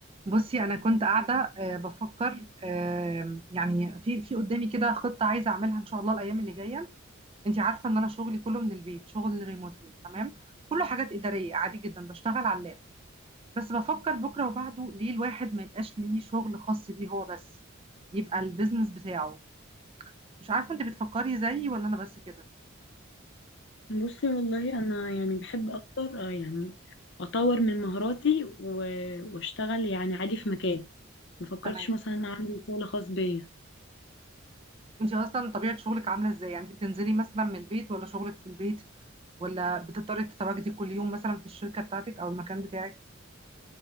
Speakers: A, on the right; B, on the left.
A: بصي انا كنت قاعده آه، بفكر آه، يعني في في قدامي كده خطه عايزه اعملها ان شاء الله الايام اللي جايه انت عارفه ان انا شغلي كله من البيت شغل ريموتلي تمام كله حاجات اداريه عادي جدا بشتغل على اللاب بس بفكر بكره وبعده ليه الواحد ما يبقاش ليه شغل خاص بيه هو بس يبقى البيزنس بتاعه مش عارفه انت بتفكري زيي ولا انا بس كده
B: بصي والله انا يعني بحب اكتر آه، يعني اطور من مهاراتي و- واشتغل يعني عادي في مكان ما فكرتش
A: تمام
B: مثلا اعمل شغل خاص بيا
A: انت اصلا طبيعه شغلك عامله ازاي يعني انت بتنزلي مثلا من البيت ولا شغلك في البيت ولا بتضطري تتواجدي كل يوم مثلا في الشركه بتاعتك او المكان بتاعك